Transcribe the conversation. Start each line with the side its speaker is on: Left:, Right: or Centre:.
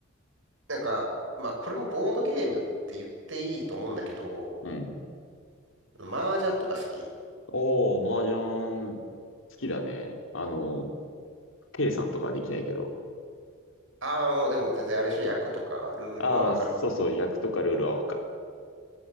Right: なんか、まあ、これもボードゲームって言っていいと思うんだけど、
Left: うん。
Right: 麻雀とか好き
Left: おー、麻雀、好きだね。あの、計算とかはできないけど。
Right: ああー、でも全然あれでしょ、役とかルールはわかる。
Left: ああ、そうそう、役とかルールはわかる。